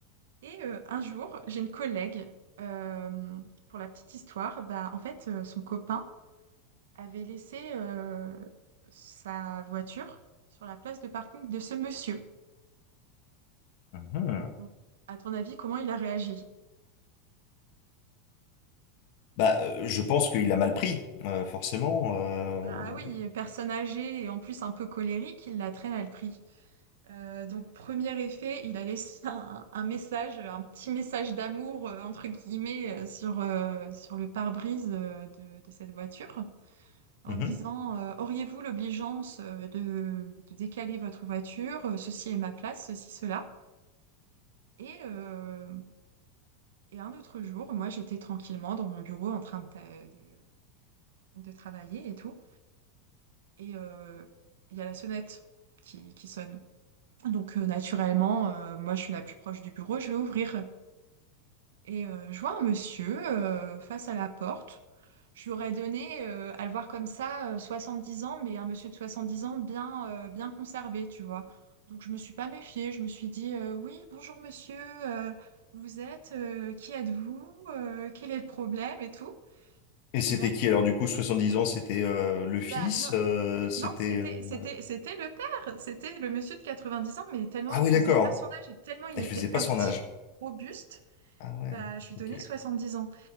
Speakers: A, on the right (about 85°); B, on the left (about 60°).
A: Et euh, un jour, j'ai une collègue, euh, pour la petite histoire, bah, en fait, euh, son copain avait laissé euh, sa voiture sur la place de parking de ce monsieur.
B: Mhm.
A: Donc, à ton avis, comment il a réagi?
B: Bah, euh, je pense qu'il a mal pris, euh, forcément. euh,
A: Bah oui, personne âgée et en plus un peu colérique, il l'a très mal pris. Euh, donc, premier effet, il a laissé <laughs> un, un message, un petit message d'amour, euh, entre guillemets, euh, sur, euh, sur le pare-brise euh, de de cette voiture. en
B: mhm.
A: disant euh, auriez-vous l'obligeance euh, de, de décaler votre voiture? Euh, Ceci est ma place, ceci, cela. Et, euh, et un autre jour, moi j'étais tranquillement dans mon bureau en train de, ta- de- de travailler et tout. Et euh, il y a la sonnette qui, qui sonne. Donc euh, naturellement, euh, moi je suis la plus proche du bureau, je vais ouvrir. Et euh, je vois un monsieur euh, face à la porte. Je lui aurais donné, euh, à le voir comme ça, euh, dix ans, mais un monsieur de 70 ans bien, euh, bien conservé, tu vois. Donc je me suis pas méfiée. Je me suis dit, euh, oui, bonjour monsieur, euh, vous êtes, euh, qui êtes-vous, Euh, quel est le problème et tout.
B: Et c'était
A: Et là,
B: qui alors du coup, 70 ans, c'était euh, le fils,
A: bah non,
B: euh,
A: c'est-
B: c'était...
A: non, c'était,
B: euh,
A: c'était, c'était le père, c'était le monsieur de 90 ans, mais tellement
B: Ah
A: il
B: oui,
A: faisait
B: d'accord.
A: pas son âge et tellement il
B: Ah,
A: était
B: Il faisait pas
A: actif,
B: son âge.
A: robuste,
B: Ah ouais,
A: bah je lui donnais
B: ok.
A: 70 ans.